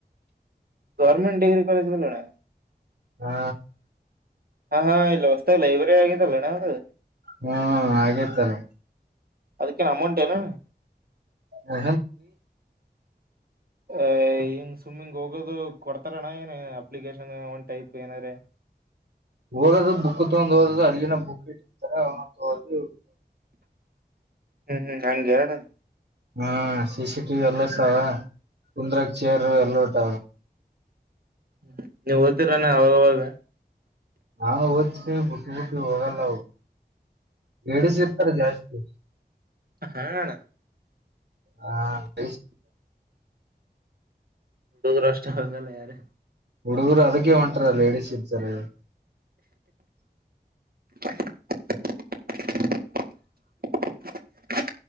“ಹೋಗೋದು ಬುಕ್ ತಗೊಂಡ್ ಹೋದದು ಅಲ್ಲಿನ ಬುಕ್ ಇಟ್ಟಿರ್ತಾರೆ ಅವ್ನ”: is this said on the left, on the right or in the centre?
Right